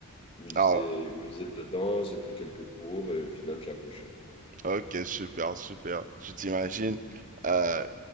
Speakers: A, on the left; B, on the right.
A: où ils
B: Ah,
A: faisaient, où ils faisaient de la danse. J'ai pris quelques cours et au final, j'ai accroché.
B: ok, super, super. Tu t'imagines euh,